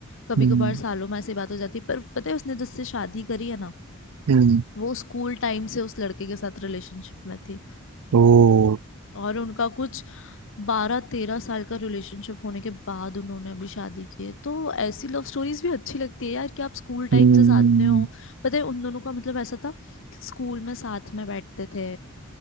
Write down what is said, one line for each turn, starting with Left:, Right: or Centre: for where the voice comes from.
Left: कभी
Right: हम्म
Left: कभार सालों में ऐसी बात हो जाती है पर पता है उसने जिससे शादी करी है ना
Right: हम्म
Left: वो स्कूल टाइम से उस लड़के के साथ रिलेशनशिप में थी
Right: ओ
Left: और उनका कुछ बारह तेरह साल का रिलेशनशिप होने के बाद उन्होंने अभी शादी की है तो ऐसी लव स्टोरीज भी अच्छी लगती है यार कि आप स्कूल टाइम
Right: हम्म
Left: से साथ में हो पता है उन दोनों का मतलब ऐसा था कि स्कूल में साथ में बैठते थे